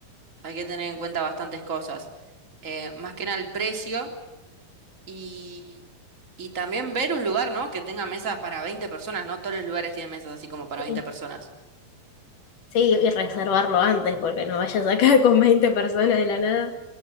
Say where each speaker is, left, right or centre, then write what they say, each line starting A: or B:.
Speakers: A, on the right (about 20°); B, on the left (about 60°).
A: hay que tener en cuenta bastantes cosas. Eh, más que nada el precio y, y también ver un lugar, ¿no? Que tenga mesas para 20 personas, no todos los lugares tienen mesas así como para
B: eh,
A: 20 personas.
B: sí, y reservarlo antes, porque no vayas acá con 20 personas de la nada.